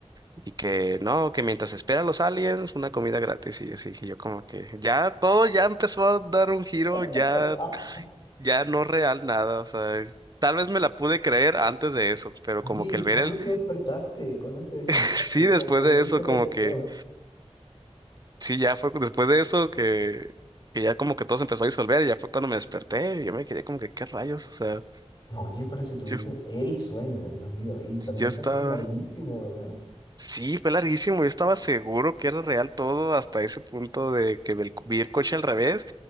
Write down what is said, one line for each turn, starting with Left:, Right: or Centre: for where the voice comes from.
Right: Y que no, que mientras espera a los aliens, una comida gratis y así. Y yo como que ya todo ya empezó a dar un giro, ya,
Left: <laughs>
Right: ya no real nada. O sea, tal vez me la pude creer antes de eso, pero
Left: Oye,
Right: como
Left: ¿y
Right: que el ver
Left: cuándo
Right: el,
Left: te despertaste? ¿Cuándo te despertaste?
Right: <laughs> sí, después
Left: ¿Cuál, cuál
Right: de
Left: fue
Right: eso,
Left: tu reacción?
Right: como que, sí, ya fue después de eso que, que ya como que todo se empezó a disolver y ya fue cuando me desperté. y yo me quedé como que, ¿qué rayos? O sea,
Left: Oye, pero si tuviste
Right: yo,
Left: el sueño, Dios mío, y también
Right: yo
Left: un
Right: estaba,
Left: sueño larguísimo, ¿verdad?
Right: Sí, fue larguísimo. Yo estaba seguro que era real todo hasta ese punto de que el- vi el coche al revés